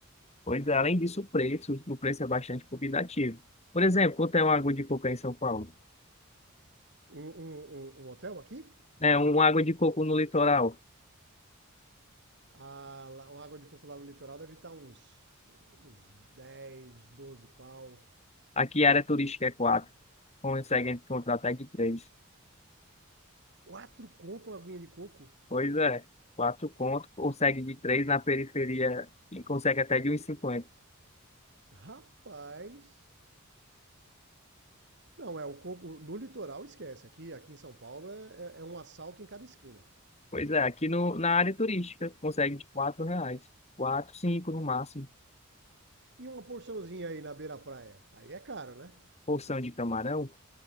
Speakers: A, on the left; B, on the right.
A: Pois é, além disso, o preço, o preço é bastante convidativo. Por exemplo, quanto é uma água de coco aí em São Paulo?
B: Um, um, um- um hotel aqui?
A: É, uma água de coco no litoral.
B: Ah, lá, uma água de coco lá no litoral deve estar uns, uns 10, 12 pau.
A: Aqui a área turística é quatro. Consegue encontrar até de três.
B: Quatro conto uma aguinha de coco?
A: Pois é, quatro conto, consegue de três na periferia e consegue até de um e cinquenta
B: Rapaz. Não, é o coco. No litoral, esquece. Aqui, aqui em São Paulo é, é- é um assalto em cada esquina.
A: Pois é, aqui no, na área turística consegue de quatro reais. Quatro, cinco no máximo.
B: E uma porçãozinha aí na beira-praia. Aí é caro, né?
A: Porção de camarão,